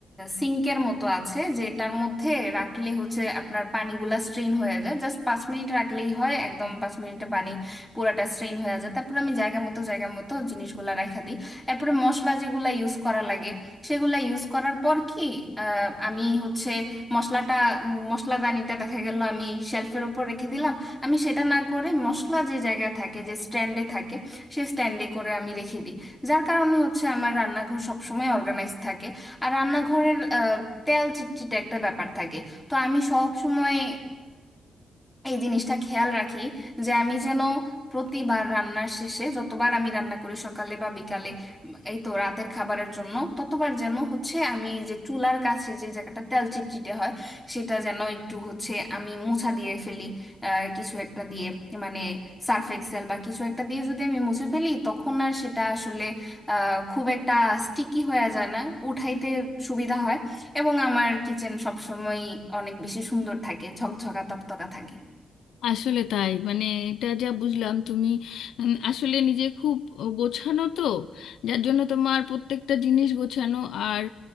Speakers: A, in the centre; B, on the left.
A: সিঙ্কের মতো আছে যেটার মধ্যে রাখলে হচ্ছে আপনার পানিগুলা স্ট্রেন হয়ে যায় জাস্ট পাঁচ মিনিট রাখলেই হয় একদম পাঁচ মিনিটে পানি পুরাটা স্ট্রেন হয়ে যায় তারপর আমি জায়গা মতো জায়গা মতো জিনিসগুলা রেখে দিই এরপরে মশলা যেগুলা ইউজ করা লাগে সেগুলা ইউজ করার পর কি আহ, আমি হচ্ছে মশলাটা উম, মশলাদানিটা দেখা গেল আমি শেলফের উপর রেখে দিলাম আমি সেটা না করে মশলা যে জায়গায় থাকে যে স্ট্যান্ডে থাকে সেই স্ট্যান্ডে করে আমি রেখে দিই যার কারণে হচ্ছে আমার রান্নাঘর সবসময় অর্গানাইজ থাকে আর রান্নাঘরের আহ, তেল চিটচিটে একটা ব্যাপার থাকে তো আমি সব সময় এই জিনিসটা খেয়াল রাখি যে আমি যেন প্রতিবার রান্নার শেষে যতবার আমি রান্না করি সকালে বা বিকালে উম, এই তো রাতের খাবারের জন্য ততবার যেন হচ্ছে আমি যে চুলার কাছে যে জায়গাটা তেল চিটচিটে হয় সেটা যেন একটু হচ্ছে আমি মোছা দিয়ে ফেলি আহ, কিছু একটা দিয়ে মানে সার্ফ এক্সেল বা কিছু একটা দিয়ে যদি আমি মুছে ফেলি তখন আর সেটা আসলে আহ, খুব একটা স্টিকি হয়ে যায় না উঠাইতে সুবিধা হয় এবং আমার কিচেন সবসময় অনেক বেশি সুন্দর থাকে ঝকঝকা তকতকা থাকে
B: আসলে তাই মানে এটা যা বুঝলাম তুমি উম, আসলে নিজে খুব গোছানো তো যার জন্য তোমার প্রত্যেকটা জিনিস গোছানো আর